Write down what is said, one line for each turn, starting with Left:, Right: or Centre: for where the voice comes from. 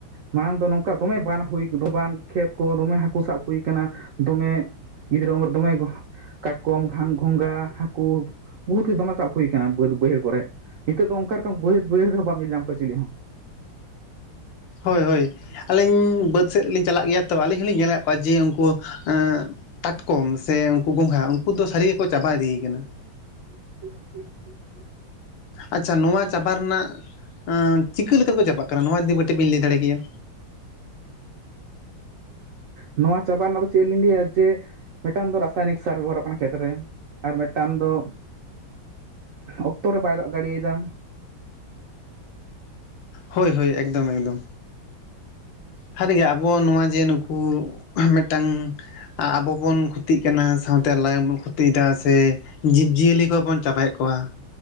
Right: ᱢᱟᱲᱟᱝ ᱫᱚ ᱱᱚᱝᱠᱟ ᱫᱚᱢᱮ ᱵᱟᱱ ᱦᱩᱭ <unintelligible> ᱵᱟᱱ ᱠᱷᱮᱛ ᱠᱚ ᱫᱚᱢᱮ ᱦᱟᱹᱠᱩ ᱥᱟᱵ ᱦᱩᱭ ᱠᱟᱱᱟ, ᱫᱚᱢᱮ ᱜᱤᱫᱽᱨᱟᱹ ᱩᱢᱮᱨ ᱫᱚᱢᱮ ᱜᱚ ᱠᱟᱴᱠᱚᱢ ᱜᱷᱟᱝ-ᱜᱷᱚᱸᱝᱜᱟ, ᱦᱟᱹᱠᱩ ᱵᱚᱦᱩᱛ ᱜᱮ ᱫᱚᱢᱮ ᱥᱟᱵ ᱦᱩᱭ ᱠᱟᱱᱟ ᱵᱟᱹᱫᱽ ᱵᱟᱹᱭᱦᱟᱹᱲ ᱠᱚᱨᱮᱜ ᱾ ᱱᱤᱛᱚᱜ ᱫᱚ ᱚᱝᱠᱟ ᱨᱚᱠᱚᱢ ᱵᱟᱛ ᱵᱷᱟᱹᱭᱟᱹᱫ ᱵᱟᱹᱭᱦᱟᱹᱲ ᱨᱮᱦᱚᱸ ᱵᱟᱢ ᱧᱮᱞ ᱧᱟᱢ ᱠᱚᱣᱟ ᱪᱤᱞᱤ ᱦᱚᱸ ᱾
Left: ᱦᱳᱭ ᱦᱳᱭ ᱟᱹᱞᱤᱧ ᱵᱟᱹᱫᱽ ᱥᱮᱫ ᱨᱤᱞᱤᱧ ᱪᱟᱞᱟᱜ ᱜᱮᱭᱟ ᱛᱚ ᱟᱹᱞᱤᱧ ᱦᱩᱞᱤᱧ ᱧᱮᱞ ᱞᱟᱠᱟᱫ ᱠᱚᱣᱟ ᱡᱮ ᱩᱝᱠᱩ ᱮᱸᱻ ᱠᱟᱴᱠᱚᱢ ᱥᱮ ᱩᱝᱠᱩ ᱜᱚᱝᱜᱷᱟ ᱩᱝᱠᱩ ᱫᱚ ᱥᱟᱹᱨᱤ ᱜᱮᱠᱚ ᱪᱟᱵᱟ ᱤᱫᱤᱭ ᱠᱟᱱᱟ ᱾
Right: <inaudible>
Left: ᱟᱪᱪᱷᱟ, ᱱᱚᱣᱟ ᱪᱟᱵᱟ ᱨᱮᱱᱟᱜ ᱟᱸᱻ ᱪᱤᱠᱟᱹ ᱞᱮᱠᱟ ᱛᱮᱠᱚ ᱪᱟᱵᱟᱜ ᱠᱟᱱᱟ ᱱᱚᱣᱟ ᱡᱩᱫᱤ ᱠᱟᱹᱴᱤᱡ ᱵᱤ ᱞᱮᱭ ᱫᱟᱲᱮ ᱠᱮᱭᱟ?
Right: ᱱᱚᱣᱟ ᱪᱟᱵᱟ ᱱᱟᱜ ᱫᱚ ᱪᱮᱜ ᱞᱤᱧ ᱞᱮᱭᱟ ᱡᱮ ᱢᱤᱫᱴᱟᱝ ᱫᱚ ᱨᱟᱥᱟᱭᱱᱤᱠ ᱥᱟᱨ ᱵᱮᱵᱚᱦᱟᱨᱚᱜ ᱠᱟᱱᱟ, ᱠᱷᱮᱛ ᱨᱮ ᱟᱨ ᱢᱤᱫᱴᱟᱝ ᱫᱚ ᱚᱠᱛᱚ ᱨᱮ ᱵᱟᱭ ᱫᱟᱜ ᱫᱟᱲᱮᱭ ᱟᱫᱟ᱾
Left: ᱦᱳᱭ ᱦᱳᱭ ᱮᱠᱫᱚᱢ ᱮᱠᱫᱚᱢ ᱥᱟᱨᱤᱜᱮ ᱟᱵᱚ ᱱᱚᱣᱟ ᱡᱮ ᱱᱩᱠᱩ ᱢᱤᱫᱴᱟᱝ ᱟᱵᱚ ᱵᱚᱱ ᱠᱷᱩᱛᱤᱜ ᱠᱟᱱᱟ ᱥᱟᱶᱛᱮ ᱞᱟᱭᱚᱝ ᱵᱚᱱ ᱠᱷᱚᱛᱤᱭ ᱮᱫᱟ ᱥᱮ ᱡᱤᱵᱽ ᱡᱤᱭᱟᱹᱞᱤ ᱠᱚᱵᱚᱱ ᱪᱟᱵᱟᱭᱮᱫ ᱠᱚᱣᱟ᱾